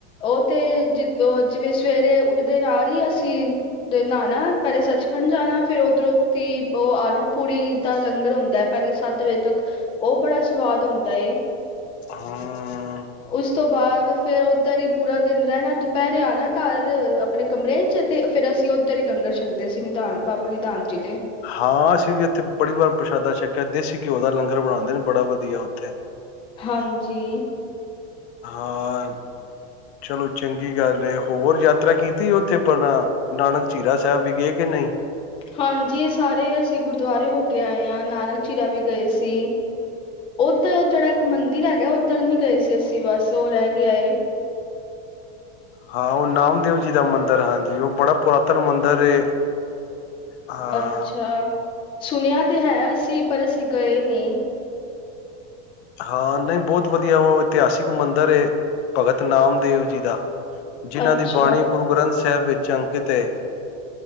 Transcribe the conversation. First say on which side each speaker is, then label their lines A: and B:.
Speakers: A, on the left; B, on the left.
A: ਉਥੇ ਜਿਦੋ ਫਿਰ ਸਵੇਰੇ ਉੱਠਦੇ ਨਾਲ ਹੀ ਅਸੀਂ ਨਾਣਾ ਪਹਿਲੇ ਸੱਚਖੰਡ ਜਾਣਾ ਫਿਰ ਉਧਰੋ ਤੀ ਉਹ ਆਲੂ ਪੂੜੀ ਦਾ ਲੰਗਰ ਹੁੰਦਾ ਪਹਿਲੇ ਸੱਤ ਵਜੇ ਤੱਕ ਉਹ ਬੜਾ ਸਵਾਦ ਹੁੰਦਾ ਹ
B: ਹਾਂ
A: ਉਸ ਤੋਂ ਬਾਦ ਤੇ ਫੇਰ ਔਧਰ ਈ ਪੂਰਾ ਦਿਨ ਰੈਣੈ, ਦੁਪੈਰੇ ਆਣੈ ਘਰ ਅਪਣੇ ਕਮਰੇ ਚ ਤੇ ਫੇਰ ਅਸੀਂ ਔਧਰ ਈ ਲੰਗਰ ਛਕਦੇ ਸੀ ਨਿਧਾਨ ਬਾਬਾ ਨਿਧਾਨ ਜੀ ਦੇ।
B: ਹਾਂ, ਅਸੀਂ ਵੀ ਐਥੇ ਬੜੀ ਵਾਰ ਪ੍ਰਸ਼ਾਦਾ ਛਕਿਆ ਦੇਸੀ ਘਿਓ ਦਾ ਲੰਗਰ ਬਣਾਂਦੇ ਨੇ ਬੜਾ ਵਧੀਆ, ਔਥੇ।
A: ਹਾਂਜੀ।
B: ਹਾਂ, ਚਲੋ ਚੰਗੀ ਗੱਲ ਏ, ਹੋਰ ਯਾਤਰਾ ਕੀਤੀ ਔਥੇ ਅਪਨਾ ਨਾਨਕ ਝੀਰਾ ਸੈਬ ਵੀ ਗੇ ਕਿ ਨਹੀਂ?
A: ਹਾਂਜੀ, ਏਹ ਸਾਰੇ ਅਸੀਂ ਗੁਰਦੁਆਰੇ ਹੋ ਕੇ ਆਏ ਆਂ, ਨਾਨਕ ਚੀਰਾ ਵੀ ਗਏ ਸੀ। ਔਧਰ ਜੇੜਾ ਇੱਕ ਮੰਦਿਰ ਹੈਗਾ ਓਧਰ ਨੀ ਗਏ ਸੀ ਅਸੀਂ ਬਸ ਓਹ ਰਹਿ। ਗਿਆ ਏ।
B: ਹਾਂ ਓਹ ਨਾਮਦੇਵ ਜੀ ਦਾ ਮੰਦਰ ਹਾਂਜੀ, ਓਹ ਬੜਾ ਪੁਰਾਤਨ ਮੰਦਰ ਏ। ਹਾਂ
A: ਅੱਛਾ। ਸੁਣਿਆ ਤੇ ਹੈ ਅਸੀਂ ਪਰ ਅਸੀਂ ਗਏ ਨੀ।
B: ਹਾਂ, ਨਹੀਂ ਬੌਤ ਵਧੀਆ ਔ ਇਤਿਹਾਸਿਕ ਮੰਦਰ ਏ ਭਗਤ ਨਾਮਦੇਵ ਜੀ ਦਾ। ਜਿਨ੍ਹਾਂ
A: ਅੱਛਾ
B: ਦੀ ਬਾਣੀ ਗੁਰੂ ਗ੍ਰੰਥ ਸ ਸਾਹਿਬ ਵਿੱਚ ਅੰਕਿਤ ਏ।